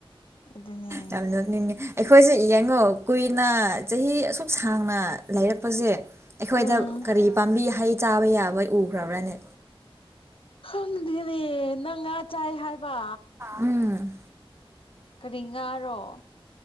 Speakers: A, on the left; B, on the right.
A: ꯑꯗꯨꯅꯦ
B: ꯌꯥꯝ ꯅꯅꯦ ꯑꯩꯈꯣꯏꯁꯨꯦ ꯏ ꯌꯦꯉꯣ ꯀꯨꯏꯅ ꯆꯍꯤ ꯑꯁꯨꯛ ꯁꯥꯡꯅ ꯂꯩꯔꯛꯄꯁꯦ ꯑꯩꯈꯣꯏꯗ
A: ꯎꯝ
B: ꯀꯔꯤ ꯄꯥꯝꯕꯤ ꯍꯩ ꯆꯥꯕ ꯌꯥꯕ ꯎꯈ꯭ꯔꯕ꯭ꯔꯅꯦ
A: ꯈꯪꯗꯦꯅꯦ ꯅꯪ ꯉꯥ ꯆꯥꯏ ꯍꯥꯏꯕ
B: ꯎꯝ
A: ꯀꯔꯤ ꯉꯥꯔꯣ